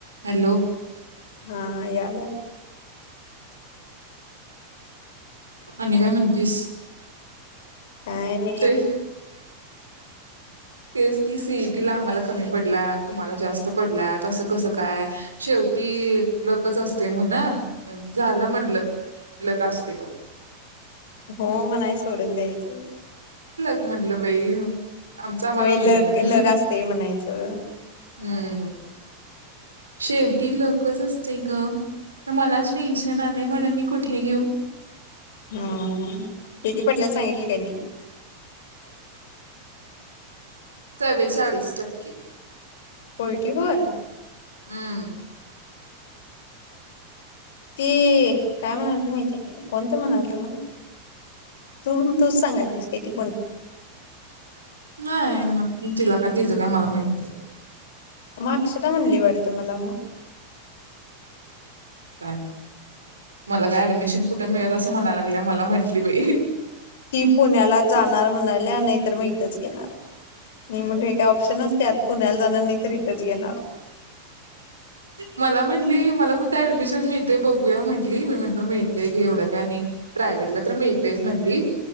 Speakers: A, on the right (about 80°); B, on the left (about 55°).
A: Hello
B: हा याला
A: आणि काय म्हणतीस
B: काय नाही
A: ते तेच ती सीईटीला आम्हाला कमी पडल्यात तुम्हाला जास्त पडल्यात असं कस काय शेवटी लकच असते म्हण झालं म्हणल लक असतंय
B: हो म्हणायच सोडून द्यायच
A: म्हणलं बाई आमचं आम्हाला
B: हो
A: माहित
B: लक
A: म्हटलं
B: लक असतंय म्हणायचं
A: हम्म शेवटी लकच असतंय ग तर मलाच टेन्शन आलय म्हणा मी कुठे घेऊ
B: हम किती पडल्यात सांग काय नाही
A: चव्वेचालीस टक्के
B: फोर्टी फोर
A: हम्म
B: ती काय तर म्हणालती माहितय काय कोण तर म्हणाल तर मला तू तू सांगाल <unintelligible>
A: नाय मी तिला तिज काय मला माहित नाय
B: मग अक्षदा म्हणली वाटत मला मग
A: का मला काय ऍडमिशन कुठ मिळेल असं म्हणालागलो मला म्हटली बाई
B: ती पुण्याला जाणार
A: कुठ
B: म्हणाल्या नाहीतर मग इथंच घेणार मी म्हटल ते ऑप्शन असत्यात पुण्याला जाणार नाही तर इथेच घेणार
A: मला म्हटली मला कुठे ऍडमिशन मिळते बघूया म्हटली मी म्हटलं मिळतंय घे एवढं काय नाही प्रायवेट ला तर मिळतंयचं मनली